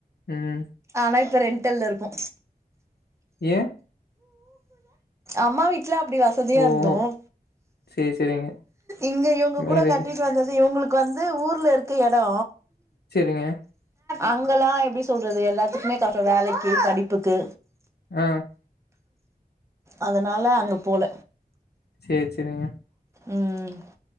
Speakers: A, on the left; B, on the right.
A: ம்.
B: ஆனால் இப்போ ரெண்டல்ல இருக்கோ.
A: ஏ.
B: அம்மா வீட். வீட்ல அப்படி வசதியா
A: ஓஹோ!
B: இருந்தோம்.
A: சரி, சரிங்க.
B: இங்க இவங்க
A: மேரேஜ்
B: கூட கட்டிட்டு வந்தது. இவங்களுக்கு வந்து ஊர்ல இருக்கு எடோ
A: செரிங்க
B: அங்கலா எப்டி சொல்றது எல்லாத்துக்குமே <unintelligible> வேலைக்கு படிப்புக்கு
A: ஆ
B: அதனால அங்க போல
A: செர் செரிங்க
B: ம்